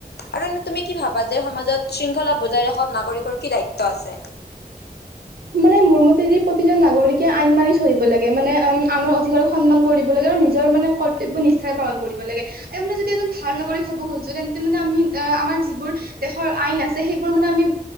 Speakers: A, on the left (about 90°); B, on the right (about 65°).
A: আৰু এনে তুমি কি ভাবা, যে সমাজত শৃংখলা বজাই ৰাখাত নাগৰিকৰ কি দায়িত্ব আছে? <inaudible>
B: মানে মোৰ মতেদি প্ৰতিজন নাগৰিকে আইন মানি চলিব লাগে। মানে উম, আনৰ অধিকাৰক সন্মান কৰিব লাগে আৰু নিজৰ মানে কৰ্তব্য নিষ্ঠাৰে পালন কৰিব লাগে। আৰু মানে যদি এজন ভাল নাগৰিক হব খুজোঁ, তেন্তে মানে আমি আমাৰ যিবোৰ দেশৰ আইন আছে, সেইবোৰ মানে আমি